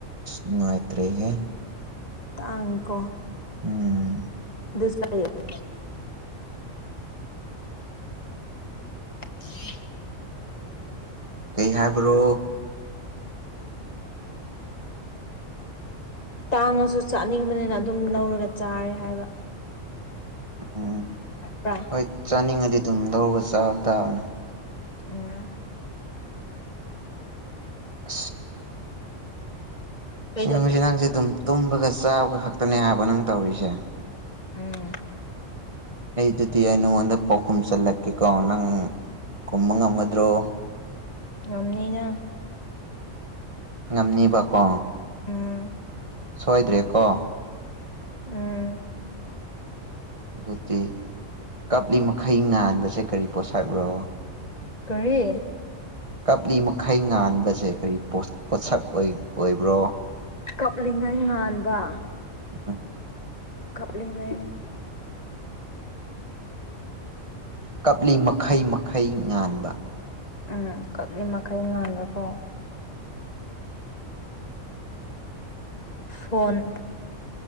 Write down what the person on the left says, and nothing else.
ꯇꯥꯡꯀꯣ
ꯌꯦ <unintelligible>
ꯇꯥꯡꯉꯁꯨ ꯆꯥꯅꯤꯡꯕꯅꯤꯅ ꯑꯗꯨꯝ ꯂꯧꯔꯒ ꯆꯥꯔꯦ ꯍꯥꯏꯕ
ꯕ꯭ꯔ
ꯎꯝ
ꯀꯩꯗꯣ
ꯎꯝ
ꯉꯝꯅꯤꯅ
ꯎꯝ
ꯎꯝ
ꯀꯔꯤ
ꯀꯞꯂꯤꯉꯩ ꯉꯥꯟꯕ
ꯀꯕꯂꯤꯕ
ꯎꯝ ꯀꯞꯂꯤ ꯃꯈꯩ ꯉꯥꯡꯕꯀꯣ ꯐꯣꯟ